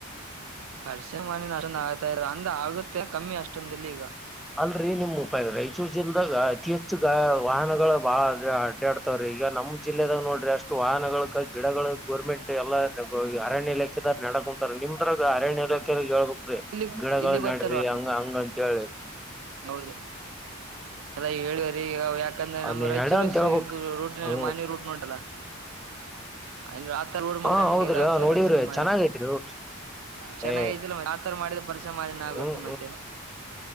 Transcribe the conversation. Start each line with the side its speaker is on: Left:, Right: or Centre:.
Right: ಹಲ್ಸಿನ್ <unintelligible> ಆಗ್ತಾ ಹಂಗಾಗುತ್ತೆ ಕಮ್ಮಿ ಅಷ್ಟೊಂದಲ್ಲಿಗ
Centre: ಅಲ್ರರಿ ನಿಮ್ ಉಪಾಯ ರಾಯಚೂರು ಜಲ್ದಾಗ ಅತಿ ಹೆಚ್ಚು ಗ ವಾಹನಗಳ ಬಾ ನೆಡ್ತಾವ್ರಿ ಈಗ ನಮ್ ಜಿಲ್ಲೆದಾಗ ನೋಡ್ರಿ ಅಷ್ಟು ವಾಹನಗಳ್ಕ ಗಿಡಗಳು. ಗೋರ್ಮೆಂಟ್ ಎಲ್ಲ ಅರಣ್ಯ ಇಲಾಕೆದಾರ್ ನೆಡಕುಂತಾರೆ ನಿಮ್ದ್ರಾಗ ಅರಣ್ಯ ಇಲಾಖೆದೊರ್ಗೇಳ್ಬೇಕು. ರಿ
Right: ಇಲ್ಲಿ
Centre: ಗಿಡಗಳ್
Right: ಇಲ್ಲಿ
Centre: ನೆಡ್ರಿ
Right: ಗೊತ್ತಲ್ವಾ
Centre: ಹಂಗ ಹಂಗಂತ್ ಹೇಳಿ.
Right: ಹೌದು ಅಲ್ಲ ಹೇಳು ಈಗ ಯಾಕಂದ್ರೆ
Centre: ಅ
Right: ನಮ್
Centre: ನೀ
Right: ರೈಚೂರು
Centre: ನಡ ಅಂತ ಹೇಳ್ಬಕ್
Right: ಈ ರೂಟಿನ
Centre: ಹ
Right: ಮಾನ್ಯ ರೂಟ್ ನ ಉಂಟಲ್ಲ. ಅಲ್ಲಿ ಹಾಕ್ತಾರ
Centre: ಹಾ ಹೌದ್ರಿ ನೋಡಿವ್ರಿ ಚೆನ್ನಾಗೈತ್ರಿ
Right: <unintelligible> ಚನ್ನಯಿದ್
Centre: ಏ
Right: ಮಾಡಿದೆ ಪರಿಸರ್ ಮಾಲಿನ್ಯ ಆಗುತ್ತೆ
Centre: ಹ್ಮ್
Right: ಮತ್ತೆ.